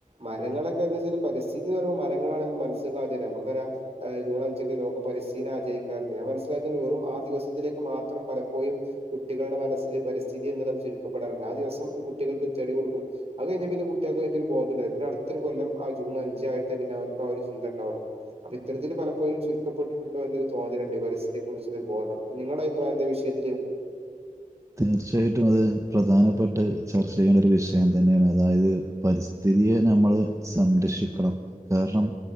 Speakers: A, on the right (about 45°); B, on the right (about 20°).
A: മരങ്ങളൊക്കെ എന്താച്ചൽ പരിസ്ഥിതി. മരങ്ങളാണ് മനസ്സ്ക്ക് ആദ്യം വര നമുക്ക് ആ ജൂൺ അച്ക്ക് ലോക പരിസ്ഥിതി ആചരിക്കാറുണ്ട് ഞാൻമനസിലാക്ക മ്മ് വെറും ആ ദിവസത്തിലേക്ക് മാത്രം പലപ്പോഴും കുട്ടികളുടെ മനസ്സിൽ പരിസ്ഥിതി എന്നത് ചുരുക്കപ്പെടാറുണ്ട്. ആ ദിവസം കുട്ടികൾക്ക് ചെടി കൊടുക്കും അത് കഴിഞ്ഞപിന്നെ കുട്ടികൾക്ക് അത് ബോധമില്ല പിന്നെ അടുത്തൊരു കൊല്ലം ആ ജൂൺ അഞ്ച്. ഞ്ചായിട്ട് പിന്നെ അവർക്ക് ആ ഒരു ചിന്ത ഉണ്ടാവൊള്ളു. അപ്പൊ ഇത്തരത്തില് പലപ്പോഴും ചുരുക്കപ്പെട്ടിട്ടുണ്ടോ എന്നൊരുതോന്നൽണ്ട്പരിസ്ഥതിയെ ക്കുറിച്ച് ഒരു ബോധം നിങ്ങളുടെ അഭിപ്രായ എന്ത ഈ വിഷ യത്തിൽ.
B: തീർച്ചയായിട്ടും അത് പ്രധാനപ്പെട്ടൊരു ചർച്ച ചെയ്യേണ്ട ഒരു വിഷയം തന്നെയാണ് അതായത് പരിസ്ഥി. തിയെ നമ്മള് സംരക്ഷിക്കണം കാരണം